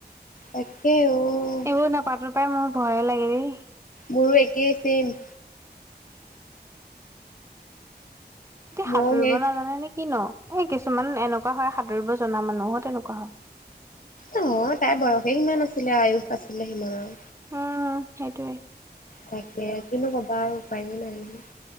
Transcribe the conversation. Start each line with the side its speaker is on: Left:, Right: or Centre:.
Left: তাকে ঔ।
Right: তোৰ নাপাতো পাই মোৰ ভয়ে লাগে দেই।
Left: মোৰো একেই চেইম।
Right: এতিয়া
Left: মইও
Right: সাঁতুৰিব
Left: সেই
Right: নাজানে কিনো এই কিছুমান এনেকুৱা হয় সাঁতুৰিব জনা মানুহো তেনেকুৱা হয়।
Left: নহত, তাইৰ বয়সে সিমান আছিলে আয়ুস আছিলে সিমানৰ।
Right: উম, সেইটোৱে।
Left: তাকে কিনো ক'বা আৰু উপায় নাই নহয়।